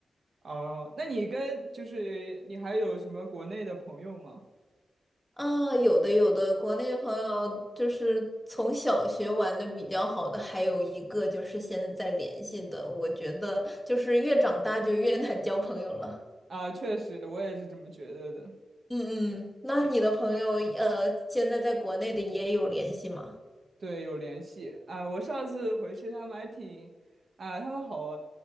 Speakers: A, on the right; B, in the centre.
A: 哦，那你跟就是你还有什么国内的朋友吗？
B: 啊。有的有的，国内朋友就是从小学玩的比较好的，还有一个就是现在在联系的，我觉得就是越长大就越难交朋友了。
A: 啊，确实，我也是这么觉得的。
B: 嗯嗯，那你的朋友呃，现在在国内的也有联系吗？
A: 对，有联系啊！我上次回去，他们还挺啊，他们好，